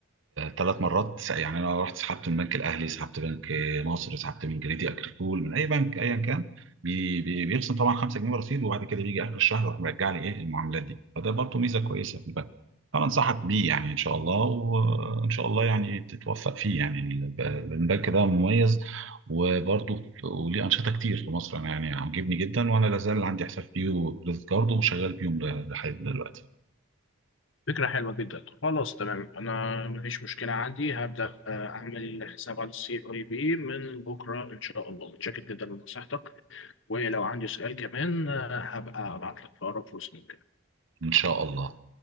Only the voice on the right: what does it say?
ثلاث مرات س- يعني انا رحت سحبت من بنك الاهلي سحبت بنك مصر سحبت من جريدي اكريكول من اي بنك ايا كان بي بي بيرسم طبعا 5 جنيه رصيد وبعد كده بيجي اخر الشهر يروح مرجع لي ايه المعاملات دي فده برضه ميزه كويسه في البنك فانا انصحك بيه يعني ان شاء الله وان شاء الله يعني تتوفق فيه يعني الب- البنك ده مميز وبرضه ف- وليه انشطه كتير في مصر انا يعني عاجبني جدا وانا لازال عندي حساب فيه وكريدت كارد وشغال بيهم ل- لحد دلوقتي
ان شاء الله